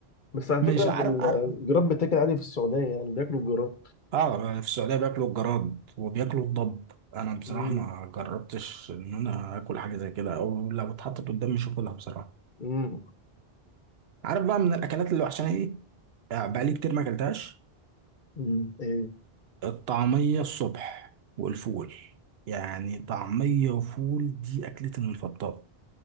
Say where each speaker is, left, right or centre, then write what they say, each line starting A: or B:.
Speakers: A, on the left; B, on the right.
A: بس على
B: مش
A: فكرة
B: عارف
A: ال-
B: عارف
A: الجراب بتاكل عادي في السعودية يعني بياكلوا الجراب
B: اه في السعوديه بياكلوا الجراد وبياكلوا الضب انا بصراحه
A: امم
B: ما جربتش ان انا اكل حاجه زي كده او لو اتحطت قدامي مش هاكلها بصراحه
A: امم
B: عارف بقى من الاكلات اللي وحشاني ايه آه، بقالي كتير ما اكلتهاش
A: مم. ايه
B: الطعمية الصبح والفول يعني طعمية وفول دي أكلتي المفضلة